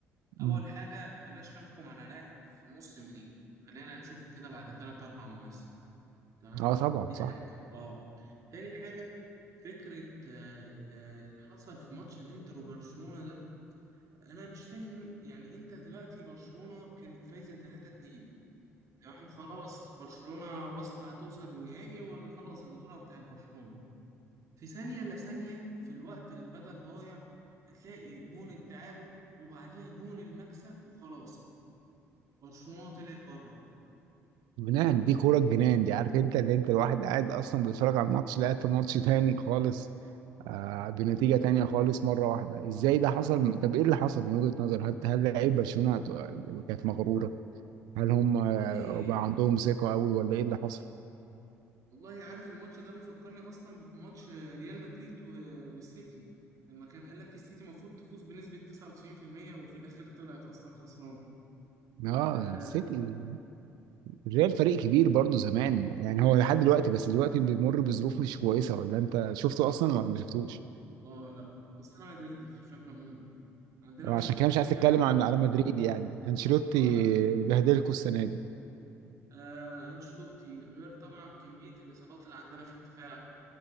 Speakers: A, on the right; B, on the right.
A: اول
B: مم.
A: حاجه بلاش نحكم على لاعب في موسم ليه خلينا نشوفه كده بعد ثلاث اربع مواسم تمام
B: أه طبعا
A: دي
B: صح
A: حاجه اه تاني حاجه فكره آه، ال- اللي حصل في ماتش الانتر وبرشلونه ده انا مش فاهم يعني انت دلوقتي برشلونه كانت فايزه 3 2 تمام وخلاص برشلونه واصله هتوصل للنهائي واللي خلاص البطوله بتاعت برشلونه في ثانية إلا ثانية في الوقت البدل ضايع هتلاقي جون التعادل وبعديها جون المكسب وخلاص برشلونة طلعت بره
B: جنان دي كورة الجنان دي عارف أنت اللي أنت الواحد قاعد أصلا بيتفرج على الماتش لقيت ماتش تاني خالص آه بنتيجة تانية خالص مرة واحدة إزاي ده حصل؟ طب إيه اللي حصل من وجهة نظر هل هل لعيب برشلونة كانت مغرورة؟ هل هم آه،
A: والله
B: بقى عندهم ثقة أوي ولا إيه اللي حصل؟
A: والله عارف الماتش ده بيفكرني أصلا بماتش ريال مدريد و- والسيتي لما كان قال لك السيتي المفروض تفوز بنسبة 99% وفي الآخر طلعت أصلا خسرانة
B: اه
A: آه
B: سيتي الريال فريق كبير برضه زمان يعني هو لحد دلوقتي بس دلوقتي بيمر بظروف مش كويسه ولا انت شفته اصلا ولا ما شفتوش؟
A: آه لا أصل أنا مدريدي بشكل عمومي عندنا
B: أو
A: مشاكل
B: عشان كده
A: كتيرة
B: مش عايز اتكلم
A: قوي
B: عن على مدريد يعني انشيلوتي
A: آه لا
B: بهدلكوا السنه دي
A: آه أنشلوتي غير طبعا كمية الإصابات اللي عندنا في الدفاع